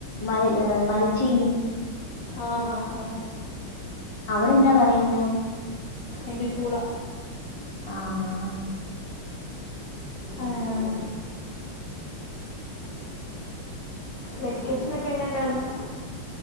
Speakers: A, on the left (about 30°); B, on the left (about 80°).
A: മര മരച്ചീനി
B: അ ആ ആ
A: അവിടെ എന്താ പറയ്ന്നേ?
B: അയ്ന് പൂള
A: ആഹ്
B: ആഹ് വെക്കേഷനൊക്കെ എങ്ങനെണ്ടായിരുന്നു?